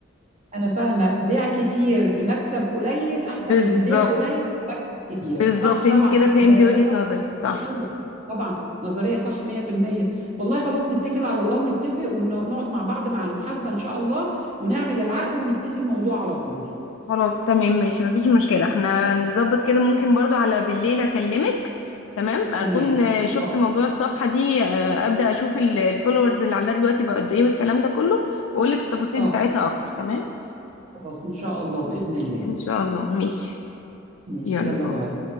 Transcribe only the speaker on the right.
أنا فاهمة بيع كتير بمكسب قليل أحسن
من بيع قليل بمكسب كبير
صح
طبعا
نظرية
صح
100%
طبعا نظرية صح 100% والله خلاص نتكل على الله ونتفق ونقعد مع بعض مع المحاسبة إن شاء الله ونعمل العقد ونبتدي الموضوع على طول
تمام
اه
اه
خلاص إن شاء الله بإذن الله
ماشي
يلا
باي